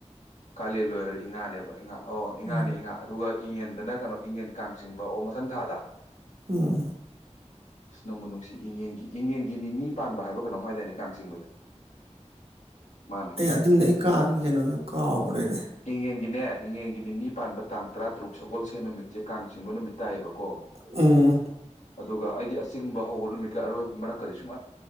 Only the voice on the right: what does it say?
ꯎꯝ
ꯎꯝ
ꯑꯩ ꯑꯗꯨꯝꯅꯦ ꯑꯩ ꯀꯉ ꯀꯩꯅꯣꯗꯨꯣ ꯀꯥꯎꯈ꯭ꯔꯦꯅꯦ
ꯎꯝ